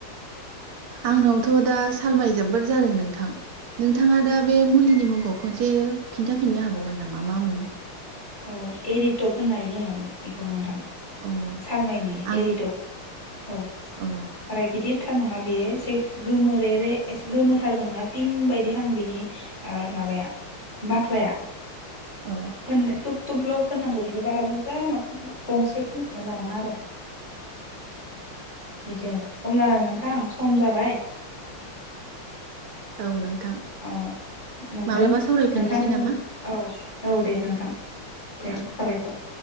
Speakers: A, on the right; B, on the left.
A: आंनावथ दा सालमाय जोबोद जादों नोंथां नोंथाङा दा बे मुलिनि मुंखौ खनसे खिन्थाफिननो हाबावगोन नामा मा मुं?
B: अ एरिटप होननाय बुङो बेखौ नोंथां।
A: अ
B: सालमाइनि
A: आं
B: एरिटप औ
A: अ
B: बारा गिदिरथार नङा बेयो। एसे गोमोरे रे एसे गोमोथारबो नङा पिं बायदिहां बिनि ओ माबाया बाख्लाया।
A: अ
B: फोननो थुब थुबल' फोनांगौ बेखौ बारा बुरजा मोखां गंसे फोनजोबनो लानाङा आरो बिदि आरो अब्ला नोंथां सम जाबाय
A: औ नोंथां
B: औ नोंजों
A: माब्लाबा सावरायफिननोसै
B: नोंथांजों
A: नामा
B: औ। औ दे नोंथां। दे
A: औ
B: साबायखर।